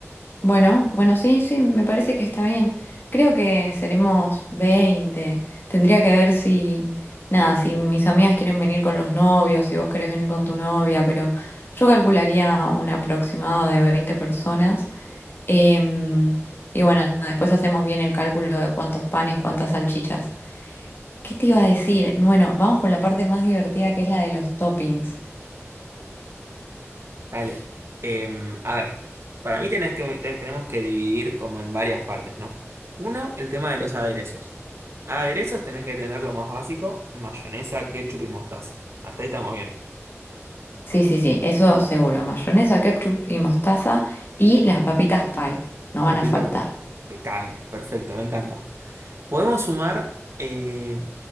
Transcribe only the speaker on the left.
Bueno, bueno, sí, sí, me parece que está bien. Creo que seremos 20. Tendría que ver si, nada, si mis amigas quieren venir con los novios, si vos querés venir con tu novia, pero yo calcularía un aproximado de 20 personas. Em, y bueno, después hacemos bien el cálculo de cuántos panes, cuántas salchichas. ¿Qué te iba a decir? Bueno, vamos con la parte más divertida que es la de los toppings.
Sí, sí, sí, eso seguro. Mayonesa, ketchup y mostaza y las papitas pie, no
van a faltar.